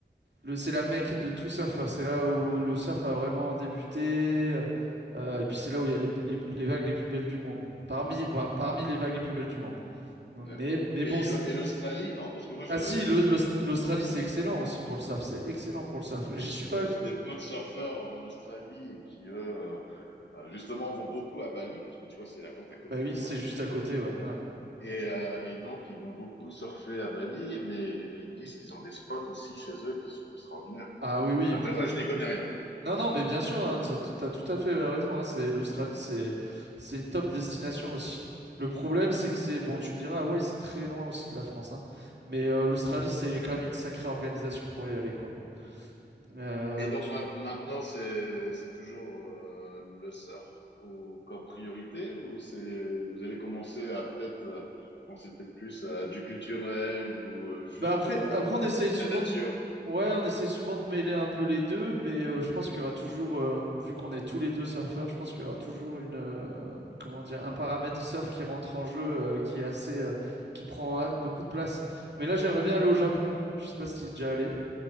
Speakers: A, on the right; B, on the left.
A: Le- c'est la mecque de tout surfeur, c'est là où le surf a vraiment débuté, euh, euh, et puis c'est là où il y a les, les- les vagues les plus belles du monde, parmi, par- parmi les vagues les plus belles du monde. Mais,
B: d'accord.
A: mais
B: Et,
A: bon, c'est-
B: et l'Au- et l'Australie, non? Parce que moi, je-
A: ah si, l'Aus-
B: je-
A: l'Aus- l'Australie c'est excellent aussi pour le surf, c'est excellent pour le surf. J'y suis
B: j'ai
A: pas
B: des
A: allé.
B: j'ai des potes surfeurs en Australie et qui, eux, euh, euh, justement, vont beaucoup à Bali, parce que tu vois, c'est la porte à côté
A: Bah oui,
B: pour
A: c'est
B: eux.
A: juste à côté, ouais. ouais.
B: Et, euh, et donc, ils vont beaucoup surfer à Bali, mais euh, ils me disent qu'ils ont des spots aussi chez eux qui sont extraordinaires, quoi.
A: Ah oui, oui,
B: Après,
A: maintenant,
B: moi, je n'y connais rien.
A: Non, non, mais bien sûr, hein, tu as tout à fait euh, raison. hein, c'est l'Australie, c'est c'est une top destination aussi. Le problème, c'est que c'est bon. Tu me diras, Hawaï, c'est très loin aussi de la France, hein, mais euh, l'Australie, c'est quand même une sacrée organisation pour y aller, quoi. Euh,
B: Et donc ma- maintenant, c'est c'est toujours euh, le surf ou, comme priorité ou c'est vous allez commencer à peut-être euh, penser peut-être plus à du culturel ou euh, juste
A: Bah après,
B: euh,
A: après
B: de,
A: on essaye souvent
B: la nature?
A: de... Ouais, on essaye souvent de mêler un peu les deux, mais euh, je pense qu'il y aura toujours, euh, vu qu'on est tous les deux surfeurs, je pense qu'il y aura toujours une, euh, comment dire, un paramètre surf qui rentre en jeu, euh, qui est assez, euh, qui prend euh, beaucoup de place. Mais là, j'aimerais bien aller au Japon. Je sais pas si tu es déjà allé.